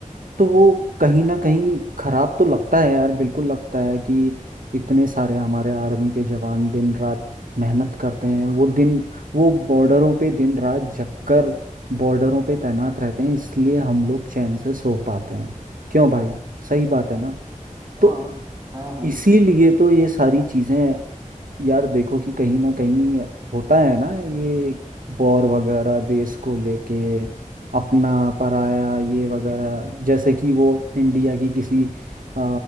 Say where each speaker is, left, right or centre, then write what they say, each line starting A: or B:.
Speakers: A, on the right; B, on the right.
A: तो वो कहीं ना कहीं खराब तो लगता है यार बिल्कुल लगता है कि इतने सारे हमारे आर्मी के जवान दिन रात मेहनत करते हैं वो दिन वो बॉर्डरों पे दिन रात जगकर बॉर्डरों पे तैनात रहते हैं इसलिए हम लोग चैन से सो पाते हैं क्यों भाई सही बात है ना
B: हाँ
A: तो
B: हाँ हाँ
A: इसीलिए तो ये सारी चीजें यार देखो कि कहीं ना कहीं होता है ना ये वॉर वगैरह देश को लेके अपना पराया ये वगैरह जैसे कि वो इंडिया की किसी अ,